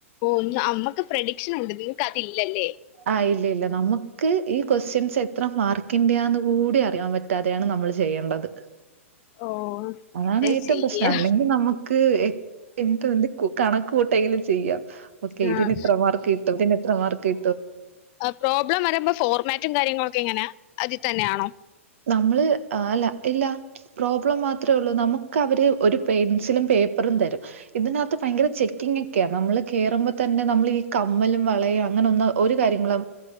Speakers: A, on the left; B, on the right.
A: ഓഹ് നമ്മക്ക് പ്രേഡിക്ഷൻ ഉണ്ട് നിങ്ങൾക്ക് അതില്ലല്ലേ
B: ആഹ് ഇല്ല ഇല്ല നമുക്ക് ഈ ക്യസ്റ്റിയൻസ് എത്ര മാർക്കിന്റെയാന്ന് കൂടി അറിയാൻ പ റ്റാതെയാണ് നമ്മൾ ചെയ്യേണ്ടത്
A: ഓ
B: അതാണ്
A: എന്താ
B: ഏറ്റവും
A: ചെയ്യാ
B: പ്രശ്നം അല്ലെങ്കിൽ നമുക്ക് <unintelligible> കണക്ക് കൂട്ടെങ്കിലും ചെയ്യാം ഓക്കെ
A: ആഹ്
B: ഇതിന് ഇത്രമാർക്ക് കിട്ടും ഇതിന് എത്രമാർക്ക് കി
A: ആഹ് പ്രോബ്ലം വരമ്പം ഫോർമാറ്റും കാര്യങ്ങളൊക്കെ എങ്ങനെയാ അതിൽ തന്നെയാണോ
B: നമ്മള് അല്ല ഇല്ല പ്രോബ്ലം മാത്രേ ഉള്ളൂ നമുക്ക് അവര് ഒരു പെൻസിലും പേപ്പറും തരും ഇതിനകത്ത് ഭയങ്കര ചെക്കിങ്ങേക്കെയാ നമ്മള് കേറുമ്പോ തന്നെ നമ്മൾ ഈ കമ്മലും വളയും അങ്ങനെ ഒന്നും ഒരു കാര്യങ്ങളും